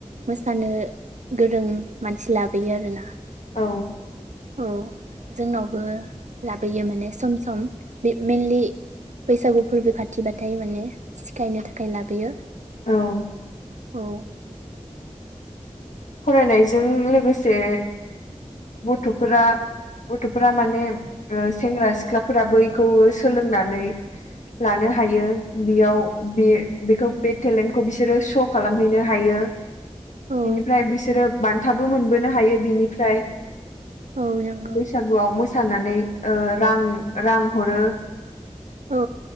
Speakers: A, on the right; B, on the left.
A: मोसानो गोरों मानसि लाबोयो आरोना
B: औ
A: औ जोंनावबो लाबोयो माने सम सम बे मेइनलि बैसागु फोरबो खाथिबाथाय माने सिखायनो थाखाय लाबोयो
B: औ
A: औ
B: फरायनायजों लोगोसे गथ'फोरा गथ'फोरा माने सेंग्रा सिख्लाफोराबो बेखौबो सोलोंनानै लानो हायो बेयाव बे बेखौ बे टेलेन्टखौ बिसोरो श' खालामहैनो हायो
A: औ
B: ओमफ्राय बिसोरो बान्थाबो मोनबोनो हायो बिनिफ्राय
A: औ नंगौ
B: बैसागुआव मोसानानै रां रां हरो
A: औ